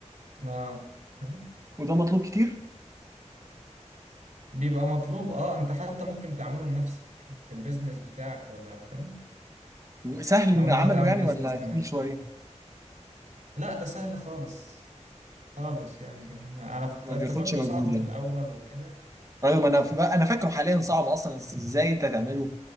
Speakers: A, on the right; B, on the right.
A: اه فاهم؟
B: وده مطلوب كتير
A: بيبقى مطلوب اه انت حتى ممكن تعمله لنفسك في البيزنس بتاعك ولا فاهم
B: وسهل
A: لو
B: ان
A: انت
B: عمله
A: هتعمل
B: يعني
A: بيزنس
B: ولا
A: لنفسك
B: تقيل شويه
A: لا ده سهل خالص خالص يعني كمان انا افت-
B: ما
A: افتكرته
B: بياخدش مجهود
A: صعب
B: يعني
A: في الاول وكده
B: ايوه ما انا انا فاكره حاليا صعب اصلا ازاي انت تعمله